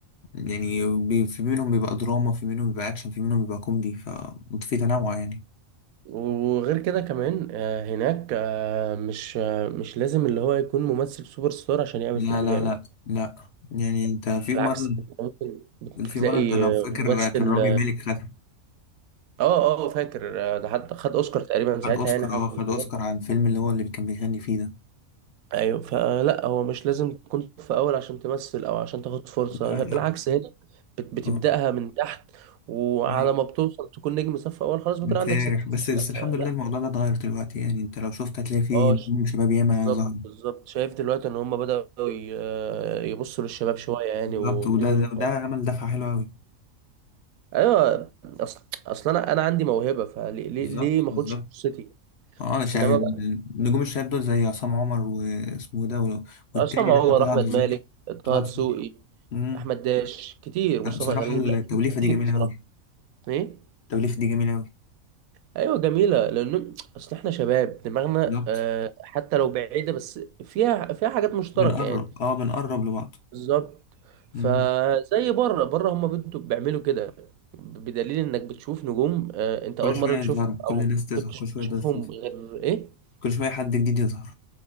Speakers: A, on the left; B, on the right.
A: يعني بي- في منهم بيبقى دراما في منهم بيبقى اكشن في منهم بيبقى كوميدي ففي تنوع يعني
B: وغير كده كمان آه، هناك آه، مش آه، مش لازم اللي هو يكون ممثل سوبر ستار عشان يعمل
A: لا
B: فيلم
A: لا
B: جامد
A: لا لا يعني انت في
B: بالعكس
A: مره
B: أنت ممكن بتلاقي
A: في مره انت لو فاكر
B: ممثل
A: كان رامي مالك خدها
B: اه اه فاكر آه، ده حتى خد اوسكار تقريبا
A: خد
B: ساعتها
A: اوسكار
B: يعني حسب
A: اه خد
B: ما
A: اوسكار
B: أتذكر.
A: عن الفيلم اللي هو اللي كان بيغني فيه ده
B: ايوه فلا هو مش لازم تكون في اول عشان تمثل او عشان تاخد فرصه
A: لا لا
B: بالعكس هنا بت- بتبداها
A: اه
B: من تحت وعلى
A: ايوه
B: ما بتوصل تكون نجم صف اول خلاص بيكون
A: بتسارح
B: عندك 60
A: بس
B: سنه
A: بس الحمد
B: فلا
A: لله الموضوع ده اتغير دلوقتي يعني انت لو شفت هتلاقي فيه
B: اه
A: نجوم
B: ش-
A: شباب ياما
B: بالظبط
A: ظهر
B: بالظبط شايف دلوقتي ان هم بداوا ي- يبصوا للشباب شويه يعني
A: بالظبط
B: ويديهم
A: وده ده- وده عمل دفعة حلوة أوي
B: ايوه اصل اصل انا انا عندي موهبه فليه ليه
A: بالظبط
B: ليه ما
A: بالظبط
B: اخدش فرصتي
A: اه انا شاهد
B: انما بقى
A: نجوم الشباب دول زي عصام عمر واسمه ده و- والتاني
B: عصام عمر
A: ده طه
B: احمد
A: دسوقي
B: مالك
A: طه
B: طه
A: دسوقي
B: دسوقي
A: امم
B: احمد داش كتير مصطفى
A: بصراحة
B: غريب
A: التوليفة
B: لا كتير
A: دي جميلة
B: بصراحه
A: أوي
B: ايه
A: التوليفة دي جميلة أوي
B: ايوه جميله لان اصل احنا شباب دماغنا
A: بالظبط
B: آه، حتى لو بعيده بس فيها فيها حاجات مشتركه
A: بنقرب
B: يعني
A: اه بنقرب لبعض
B: بالظبط فزي
A: امم
B: بره بره هم بنتوا بيعملوا كده بدليل انك بتشوف نجوم آه، انت اول
A: كل شوية
B: مره
A: يظهروا
B: تشوفهم
A: كل
B: او
A: الناس
B: ما
A: تظهر
B: كنتش
A: كل شوية
B: بتشوفهم
A: ناس تظهر
B: غير ايه
A: كل شوية حد جديد يظهر